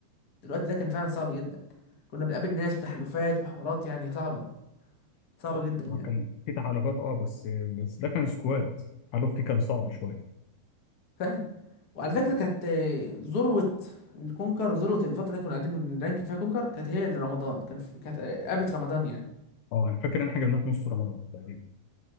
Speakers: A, on the left; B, on the left.
A: الوقت ده كان فعلا صعب جدا كنا بنقابل ناس وتحالفات وحوارات يعني صعبة صعبة جدا يعني
B: هو كان في تحالفات اه بس بس ده كان سكواد التحالف فيه كان صعب شويه
A: فعلا وعلى فكرة كانت آه، ذروة الكونكر وذروة الفترة اللي كنا قاعدين بنرانك فيها كونكر كانت هي اللي رمضان كان في... كانت آه، قبل رمضان يعني
B: اه انا فاكر ان احنا جبناه في نص رمضان تقريبا